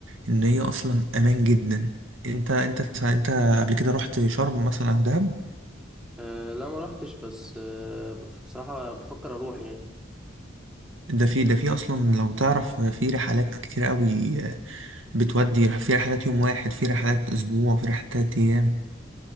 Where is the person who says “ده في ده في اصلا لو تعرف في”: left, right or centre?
Right